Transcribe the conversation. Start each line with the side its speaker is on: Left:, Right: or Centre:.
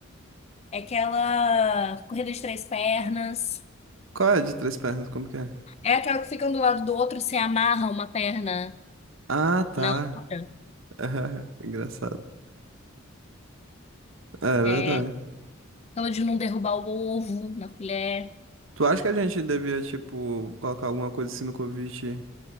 Left: É aquela corrida de três pernas.
Right: Qual é a de três pernas? Como que é?
Left: É aquela que fica um do lado do outro, você amarra uma perna
Right: Ah, tá.
Left: na outra.
Right: <laughs> Engraçado. É,
Left: É
Right: verdade.
Left: aquela de não derrubar o ovo na colher.
Right: Tu acha que a gente devia, tipo, colocar alguma coisa assim no convite?